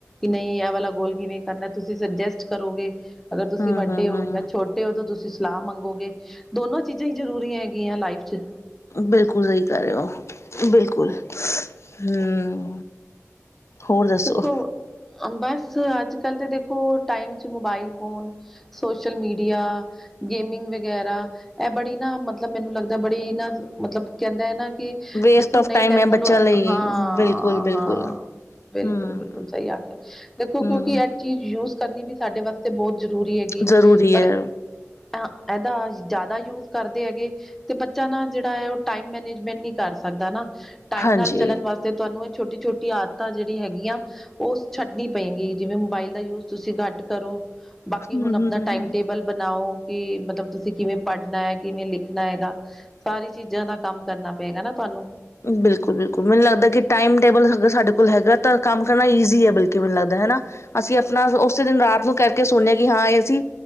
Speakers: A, in the centre; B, on the left.
A: ਨਹੀਂ ਇਹ ਵਾਲਾ ਗੋਲ ਕਿਵੇਂ ਕਰਨਾ ਤੁਸੀਂ ਸੁਜੈਸਟ ਕਰੋਗੇ ਅਗਰ ਤੁਸੀਂ
B: ਹੂੰ-ਹੂੰ-ਹੂੰ।
A: ਵੱਡੇ ਹੋ ਯਾ ਛੋਟੇ ਹੋ ਤਾਂ ਤੁਸੀਂ ਸਲਾਹ ਮੰਗੋਗੇ ਦੋਨੋ ਚੀਜ਼ਾਂ ਹੀ ਜ਼ਰੂਰੀ ਹੈਗੀਆਂ ਲਾਈਫ ਚ
B: ਬਿਲਕੁਲ ਸਹੀ ਕਰ ਰਹੇ ਹੋ ਬਿਲਕੁਲ ਹਮ ਹੋਰ ਦੱਸੋ
A: ਦੇਖੋ ਬਸ ਅੱਜ-ਕੱਲ੍ਹ ਤੇ ਦੇਖੋ ਟਾਈਮ ਚ mobile phone social media gaming ਵਗੈਰਾ ਇਹ ਬੜੀ ਨਾ ਮਤਲਬ ਮੈਨੂੰ ਲੱਗਦਾ ਬੜੀ ਨਾ ਮਤਲਬ ਕਹਿੰਦੇ ਹ ਨਾ ਕਿ
B: ਵੇਸਟ
A: ਦੇਖੋ
B: ਆਫ
A: ਨਈ
B: ਟਾਈਮ
A: ਟੈਕਨੋਲੋ
B: ਐ ਬੱਚਿਆਂ ਲਈ
A: ਹਾਂ
B: ਬਿਲਕੁਲ-ਬਿਲਕੁਲ।
A: ਹਾਂ ਬਿਲਕੁਲ-ਬਿਲਕੁਲ
B: ਹੂੰ।
A: ਸਹੀ ਆਖਿਆ ਦੇਖੋ
B: ਹਮ
A: ਕਿਉਂਕਿ ਇਹ ਚੀਜ਼ ਯੂਜ ਕਰਨੀ ਵੀ ਸਾਡੇ ਵਾਸਤੇ ਬਹੁਤ ਜ਼ਰੂਰੀ ਹੈਗੀ
B: ਜ਼ਰੂਰੀ
A: ਪਰ
B: ਹੈ
A: ਇਹਦਾ ਜ਼ਿਆਦਾ ਯੂਜ ਕਰਦੇ ਹੈਗੇ ਤੇ ਬੱਚਾ ਨਾ ਜਿਹੜਾ ਹੈ ਉਹ ਟਾਈਮ ਮੈਨੇਜਮੈਂਟ ਨੀ ਕਰ ਸਕਦਾ ਨਾ ਟਾਈਮ
B: ਹਾਂਜੀ
A: ਨਾਲ ਚੱਲਣ ਵਾਸਤੇ ਤੁਹਾਨੂੰ ਇਹ ਛੋਟੀ-ਛੋਟੀ ਆ ਜਿਹੜੀ ਹੈਗੀਆਂ ਉਹ ਛੱਡਣੀ ਪਏਗੀ ਜਿਵੇਂ ਮੋਬਾਈਲ ਦਾ ਯੂਜ ਤੁਸੀਂ ਘੱਟ ਕਰੋ ਬਾਕੀ
B: ਹਮ
A: ਹੁਣ ਆਪਣਾ
B: ਹਮ
A: ਟਾਈਮ ਟੇਬਲ ਬਣਾਓ ਕਿ ਮਤਲਬ ਤੁਸੀਂ ਕਿਵੇਂ ਪੜ੍ਹਨਾ ਹੈ ਕਿਵੇਂ ਲਿਖਣਾ ਹੈਗਾ ਸਾਰੀ ਚੀਜ਼ਾਂ ਦਾ ਕੰਮ ਕਰਨਾ ਪਏਗਾ ਨਾ ਤੁਹਾਨੂੰ
B: ਬਿਲਕੁਲ ਬਿਲਕੁਲ ਮੈਨੂੰ ਲੱਗਦਾ ਕਿ ਟਾਈਮ ਟੇਬਲ ਅਗਰ ਸਾਡੇ ਕੋਲ ਹੈਗਾ ਤਾਂ ਕੰਮ ਕਰਨਾ ਈਜੀ ਹੈ ਬਲਕਿ ਮੈਨੂੰ ਲੱਗਦਾ ਹਨਾ ਅਸੀਂ ਆਪਣਾ ਉਸੇ ਦਿਨ ਰਾਤ ਨੂੰ ਕਰਕੇ ਸੋਣੇ ਆ ਕਿ ਹਾਂ ਇਹ ਅਸੀਂ